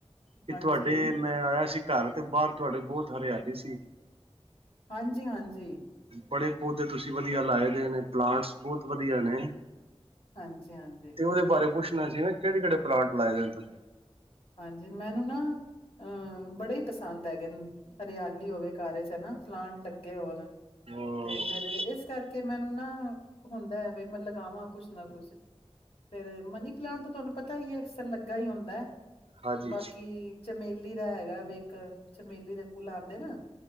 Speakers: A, on the right; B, on the left.
A: ਕਿ
B: ਹਾਂਜੀ।
A: ਤੁਹਾਡੇ, ਮੈਂ ਆਇਆ ਸੀ ਘਰ ਤੇ ਬਾਹਰ ਤੁਹਾਡੇ ਬਹੁਤ ਹਰਿਆਲੀ ਸੀ।
B: ਹਾਂਜੀ-ਹਾਂਜੀ।
A: ਬੜੇ ਪੌਦੇ ਤੁਸੀਂ ਵਧੀਆ ਲਾਏ ਦੇ ਨੇ ਪਲਾਂਟਸ ਬਹੁਤ ਵਧੀਆ ਨੇ।
B: ਹਾਂਜੀ-ਹਾਂਜੀ, ਹਾਂਜੀ ਹਾਂਜੀ
A: ਤੇ ਉਹਦੇ ਬਾਰੇ ਪੁੱਛਣਾ ਸੀ ਨਾ ਕਿਹੜੇ-ਕਿਹੜੇ ਪਲਾਟ ਲਾਏ ਦੇ ਨੇ ਤੁਸੀਂ?
B: ਹਾਂਜੀ। ਮੈਨੂੰ ਨਾ ਅਮ ਬੜੇ ਹੀ ਪਸੰਦ ਹੈਗੇ ਨੇ, ਹਰਿਆਲੀ ਹੋਵੇ ਘਰ ਚ' ਹਨਾ, ਫਲਾਂਟ ਲੱਗੇ ਹੋਣ।
A: ਹਮ
B: ਤੇ ਫੇਰ ਇਸ ਕਰਕੇ ਮੈਨੂੰ ਨਾ ਹੁੰਦਾ ਹੈ ਬਈ ਮੈਂ ਲਗਾਵਾਂ ਕੁਛ ਨਾ ਕੁਛ। ਫੇਰ, ਮਨੀ ਪਲਾਂਟ ਤਾਂ ਤੁਹਾਨੂੰ ਪਤਾ ਹੀ ਹੈ ਅਕਸਰ ਲੱਗਾ ਹੀ ਹੁੰਦਾ ਹੈ।
A: ਹਾਂਜੀ
B: ਬਾਕੀ ਚਮੇਲੀ ਦਾ ਹੈਗਾ ਵੀ ਇੱਕ, ਚਮੇਲੀ ਦੇ ਫੁੱਲ ਆਉਂਦੇ ਨਾ।